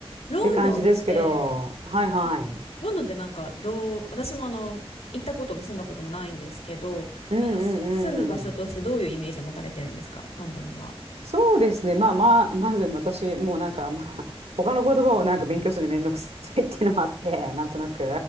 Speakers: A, on the left; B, on the right.
A: ロンドンって
B: って感じですけど、はいはい。
A: ロロンドンってなんかどう、私もあの、行ったことも住んだこともないんですけど、
B: うんう
A: なんかす住む場所としてどういうイメージを持たれてるんですか、
B: んうん。
A: ロンドンには。
B: そうですね。まあまあ、まず私、もうなんか、まあ、他の言葉をなんか勉強するのめんどくさいっていうのもあって、なんとなく。